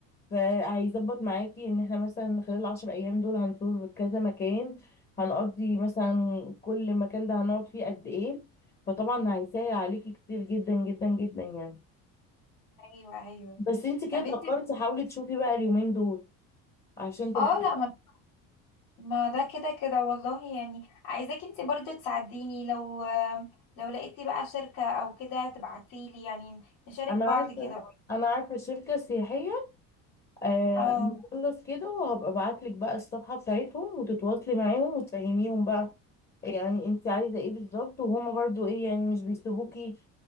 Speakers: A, on the left; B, on the left.
A: فهيظبط معاكي ان احنا مثلا خلال العشر ايام دول هنزور كذا مكان هنقضي مثلا كل مكان ده هنقعد فيه قد ايه فطبعا هيسهل عليكي كتير جدا جدا جدا يعني
B: ايوه ايوه
A: بس انت كده
B: طب
A: اتأخرتي
B: انت
A: حاولي تشوفي بقى اليومين دول عشان تلحقي
B: اه لا ما ما ده كده كده والله يعني عايزاك انت برضو تساعديني لو لو لقيتي بقى شركه او كده تبعتيلي يعني نشارك
A: انا
B: بعض
A: عارفه
B: كده
A: انا عارفه شركه سياحيه آه
B: اه
A: نخلص كده وهبقى ابعت لك بقى الصفحه بتاعتهم وتتواصلي معاهم وتفهميهم بقى يعني انت عايزه ايه بالظبط وهما برضو ايه يعني مش بيسيبوكي